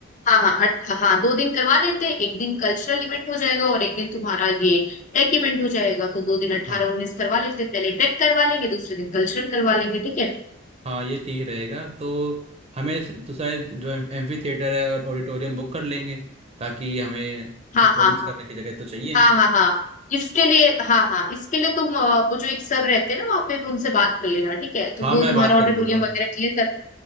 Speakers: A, on the left (about 35°); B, on the right (about 30°).
A: हाँ हाँ अट- हाँ हाँ, दो दिन करवा लेते हैं एक दिन कल्चरल इवेंट हो जाएगा और एक दिन तुम्हारा ये टेक इवेंट हो जाएगा तो दो दिन
B: हाँ
A: अट्ठारह उन्नीस करवा लेते हैं पहले टेक करवा लेंगे दूसरे दिन कल्चरल करवा लेंगे ठीक है
B: हाँ ये ठीक रहेगा तो हमें तो शायद जो एम्फी थिएटर है और ऑडिटोरियम बुक कर लेंगे ताकि हमें
A: हाँ
B: परफॉर्मेंस
A: हाँ
B: करने की जगह तो चाहिए
A: हाँ हाँ हाँ हाँ इसके लिए हाँ हाँ इसके लिए तुम अ, वो जो एक सर रहते हैं ना वहाँ पे उनसे बात कर लेना ठीक है तो
B: हाँ मैं
A: वो तुम्हारा
B: बात कर
A: ऑडिटोरियम
B: लूँगा
A: वगैरह क्लियर कर